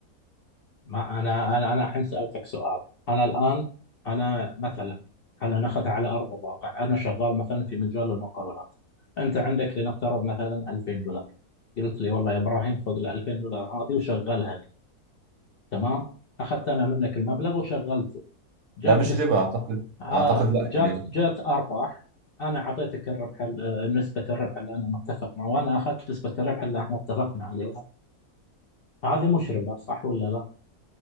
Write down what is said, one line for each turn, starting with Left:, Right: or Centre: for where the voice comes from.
Left: ما انا انا انا الحين سالتك سؤال انا الان انا مثلا انا ناخذها على ارض الواقع انا شغال مثلا في مجال المقاولات انت عندك لنفترض مثلا 2000 دولار قلت لي والله يا ابراهيم خذ ال 2000 دولار هذه وشغلها لي تمام اخذت انا منك المبلغ وشغلته جات
Right: ده مش
Left: نسبه
Right: ربا اعتقد
Left: ع-
Right: اعتقد لا
Left: جات
Right: يعني
Left: جات ارباح انا اعطيتك الربح ال- آه، نسبه الربح اللي انا متفق معه وانا اخذت نسبه الربح اللي احنا اتفقنا عليها هذه مشربه صح ولا لا؟